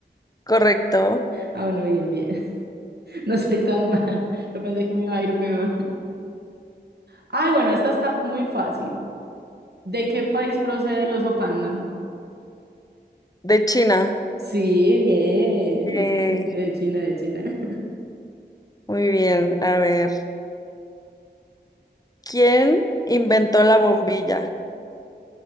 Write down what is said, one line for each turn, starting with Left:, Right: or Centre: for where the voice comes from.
Left: Correcto.
Right: Ah, bueno, bien, bien. <laughs> No soy tan mal. Yo pensé que me iba a ir peor. Ay, bueno, esta está muy fácil. ¿De qué país procede el oso panda?
Left: De China.
Right: Sí, bien.
Left: Yay.
Right: Sí, sí, sí, de China, de China. <laughs>
Left: Muy bien. A ver, ¿quién inventó la bombilla?